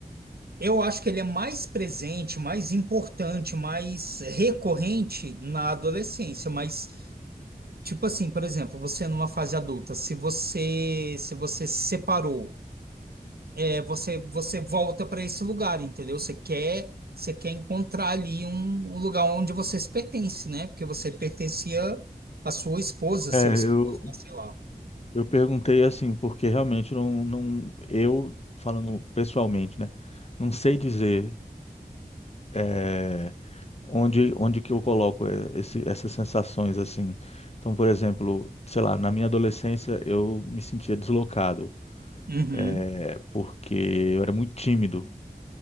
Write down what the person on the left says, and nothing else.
É,
eu,
eu perguntei assim, porque realmente não, não, eu, falando pessoalmente, né, não sei dizer. é, Onde, onde que eu coloco é, esse- essas sensações assim? Então, por exemplo, sei lá, na minha adolescência eu me sentia deslocado,
é, porque eu era muito tímido.